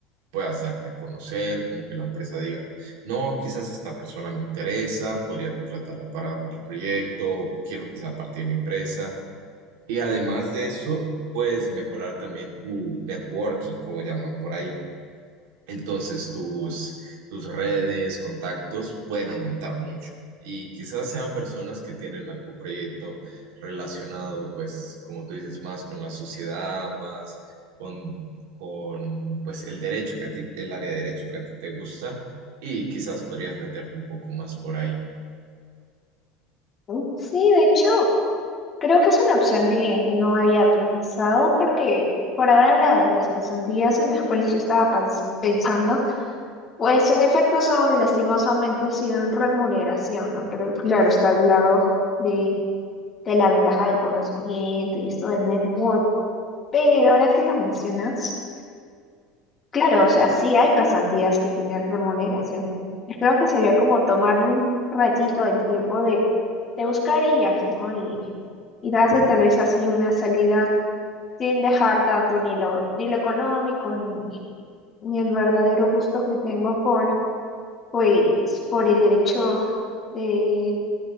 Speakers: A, on the right (about 80°); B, on the left (about 25°).
A: puedas darte a conocer, como que la empresa diga, no, quizás esta persona me interesa, podría contratarla para otro proyecto, quiero que sea parte de mi empresa. Y además de eso, puedes mejorar también tu networking, como llaman por ahí entonces tus, tus redes, contactos pueden aumentar mucho y quizás sean personas que tienen algún proyecto relacionado, pues, como tú dices, más con la sociedad, más con, con pues, el derecho que a ti, el área de derecho que a ti te gusta y quizás podrías meterte un poco más por ahí.
B: ¿no? Sí, de hecho, creo que es una opción que no había pensado porque por ahora la- las pasantías en las cuales yo estaba pans- pensando, pues en efecto son lastimosamente sin remuneración, ¿no? Pero claro, está al lado de, de la ventaja del conocimiento y esto de network. Pero ahora que lo mencionas, Claro, o sea, sí hay pasantías que tienen remuneración. Yo creo que sería como tomarme un ratito el tiempo de, de buscar ellas, ¿no? Y, y darle tal vez así una salida sin dejar tanto ni lo, ni lo económico, ni, ni el verdadero gusto que tengo por, pues, por el derecho de,